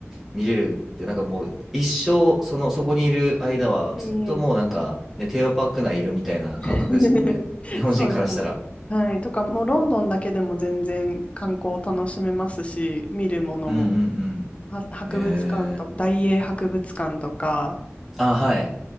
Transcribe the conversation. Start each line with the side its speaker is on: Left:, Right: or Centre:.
Centre: 見れるって、なんかもう一生、その、そこにいる間は、
Left: えー
Centre: ずっともうなんか、ね、テーマパーク内いるみたいな感覚ですもんね。
Left: <laughs>
Centre: 日本人からしたら。
Left: そうですね。はい。とか、もうロンドンだけでも全然観光を楽しめますし、見るものも、
Centre: うんうん
Left: あ博物館と、
Centre: うん。えー。
Left: 大英博物館とか
Centre: あ、はい。